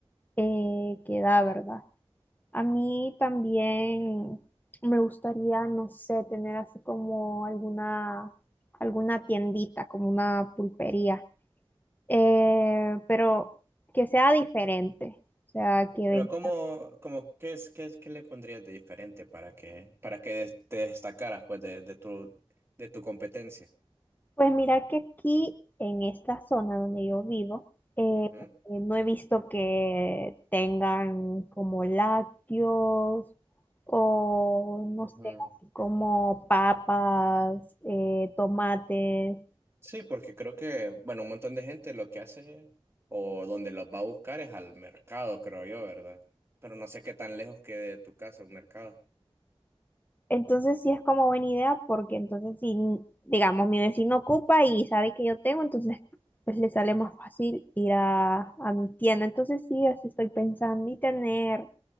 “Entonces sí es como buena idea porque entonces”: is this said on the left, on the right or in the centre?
Left